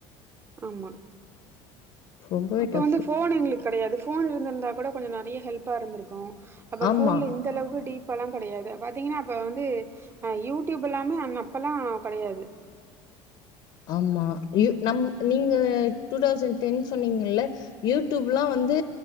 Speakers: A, on the right; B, on the left.
A: ஆமா
B: ரொம்பவே
A: அப்ப
B: டஃப்.
A: வந்து போன் எங்களுக்கு கடையாது ஃபோன் இருந்திருந்தால் கூட கொஞ்சம் நறைய ஹெல்ப்பா இருந்திருக்கும் அப்ப
B: ஆமா.
A: போன்ல இந்த அளவுக்கு டீப்பா எல்லாம் கடையாது பாத்தீங்கன்னா அப்ப வந்து யூடியூப் எல்லாமே அப்பல்லாம் கிடையாது
B: ஆமா யூ நம் நீங்க டூ தௌசண்ட் டென் சொன்னீங்கல்ல யூடியூப் எல்லாம் வந்து